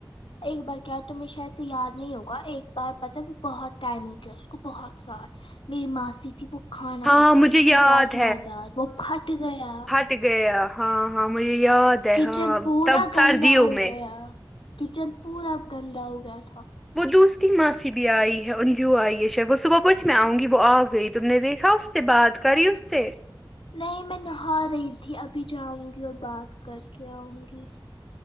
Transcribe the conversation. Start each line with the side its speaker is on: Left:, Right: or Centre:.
Left: ایک بار کیا تمیں شاید سے یاد نہیں ہوگا ایک بار پتا میں بہت ٹائم ہو گیا اس کو بہت سال میری ماسی تھی وہ کھانا
Centre: ہاں
Left: پکائی
Centre: مجھے یاد
Left: تھی راجما دال وہ پھٹ گیا
Centre: ٹ گیا ہاں ہاں مجھے یاد ہے
Left: کچن
Centre: ہاں
Left: پورا
Centre: تب
Left: گندا
Centre: سردیوں
Left: ہو
Centre: میں
Left: گیا کچن پورا گندا ہو گیا تھا
Centre: وہ دوست کی ماسی بھی آئی ہے ان جو آئی ہے شید بس صبح بس میں آؤں گی وہ آ گئی تم نے دیکھا اس سے بات کری اس سے
Left: نہیں میں نہا رہی تھی ابھی جاؤں گی اور بات کر کے آؤں گی